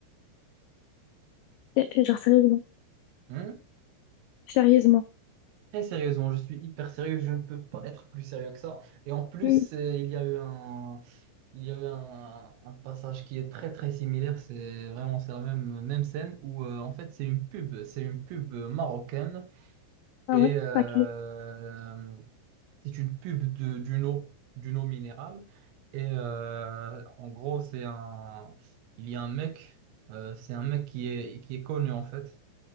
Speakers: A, on the left; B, on the right.
A: Eh, eh, Genre, sérieusement.
B: Hmm
A: Sérieusement.
B: Très sérieusement, je suis hyper sérieux, je ne peux pas être plus sérieux que ça. Et en plus,
A: Mhm.
B: euh, il y a eu un, il y a eu un, un passage qui est très très similaire. C'est vraiment c'est la même, même scène où euh, en fait c'est une pub, c'est une pub marocaine
A: Ah
B: et
A: ouais?
B: euh,
A: Pas grave.
B: c'est une pub de, d'une eau, d'une eau minérale. Et euh, en gros, c'est un, il y a un mec, euh, c'est un mec qui est, qui est connu en fait.